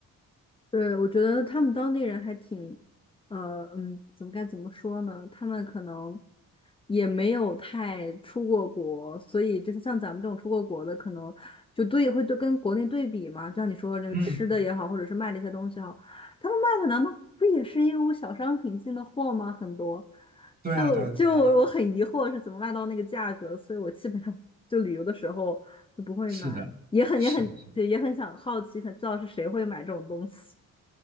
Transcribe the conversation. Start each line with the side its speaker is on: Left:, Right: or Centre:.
Left: 对，我觉得他们当地人还挺，呃，嗯，怎么该怎么说呢？他们可能也没有太出过国，所以就是像咱们这种出过国的，可能就对会对跟国内对比嘛。像你说那个吃的也好，
Right: 嗯，
Left: 或者是卖的一些东西也好，他们卖的难道不也是义乌小商品进的货吗？很多，
Right: 对啊，
Left: 就就我很疑惑是怎么卖到那个价格，
Right: 对啊，对啊，
Left: 所以我基本上就旅游的时候就不会买，
Right: 是的，
Left: 也很也很对，
Right: 是的
Left: 也很想好奇，想知道是谁会买这种东西。